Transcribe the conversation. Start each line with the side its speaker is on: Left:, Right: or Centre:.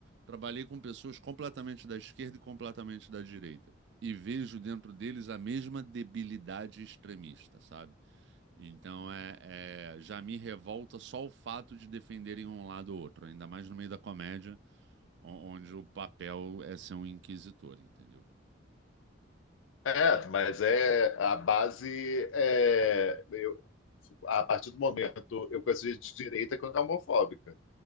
Right: trabalhei com pessoas completamente da esquerda e completamente da direita. E vejo dentro deles a mesma debilidade extremista, sabe? Então é, é, já me revolta só o fato de defenderem um lado ou outro, ainda mais no meio da comédia, o- onde o papel é ser um inquisitor, entendeu?
Left: É, mas é a base é, eu- a partir do momento eu conheço gente de direita que não é homofóbica,